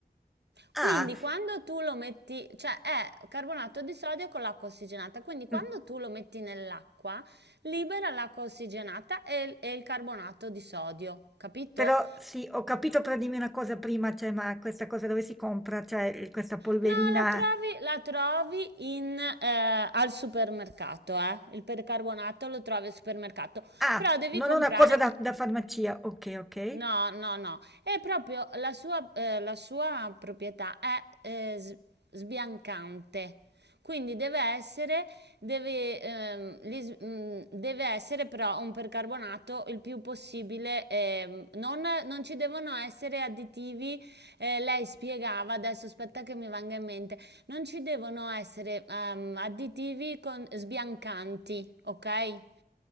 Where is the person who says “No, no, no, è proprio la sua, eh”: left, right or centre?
Right